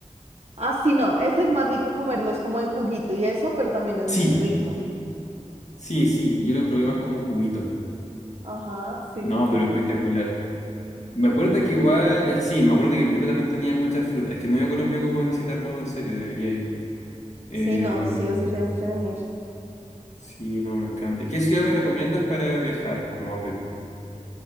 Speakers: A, on the right; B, on the left.
A: Ah, sí, no, ese es más rico comerlo, es como en juguito y eso, pero también es muy
B: Sí,
A: rico.
B: sí, sí. Yo lo probé más como juguito.
A: Ajá, sí,
B: No,
A: sí, sí,
B: pero
A: sí,
B: espectacular.
A: sí.
B: Me acuerdo que igual.
A: Ujú.
B: eh, sí, me acuerdo que Perú también tenía muchas frutas. Es que no he ido a Colombia como a visitarlo en serio, debería ir. Em,
A: Sí, no, sí o sí tienes que venir.
B: sí, no, me encanta. ¿Qué ciudad me recomiendas para viajar como a Perú?